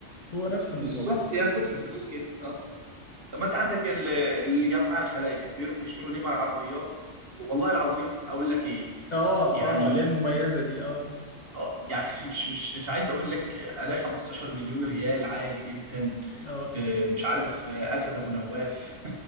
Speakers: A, on the left (about 35°); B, on the right (about 50°).
A: هو نفس
B: بالظبط
A: الموضوع ده
B: يا كتر فلوس كده اه طب ما انت عندك ال- الجماعه الخلايجه بيروحوا يشتروا نمر عربيات والله العظيم اقول لك ايه
A: اه
B: يعني
A: اه اللي هي المميزة دي اه
B: اه يعني <laughs> مش مش مش عايز اقول لك الاقي 15 مليون ريال عادي جدا
A: اه
B: آه، مش عارف آه، اسد ابو نواف